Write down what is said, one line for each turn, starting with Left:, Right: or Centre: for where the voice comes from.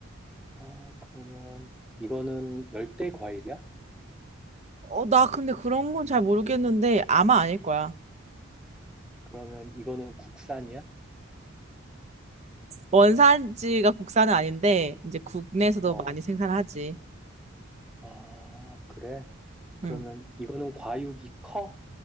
Centre: 아, 그러면 이거는 열대 과일이야?
Right: 어, 나 근데 그런 건 잘 모르겠는데, 아마 아닐 거야.
Centre: 그러면 이거는 국산이야?
Right: 원산지가 국산은 아닌데 이제 국내에서도
Centre: 어,
Right: 많이 생산하지.
Centre: 아, 그래? 그러면
Right: 응.
Centre: 이거는 과육이 커?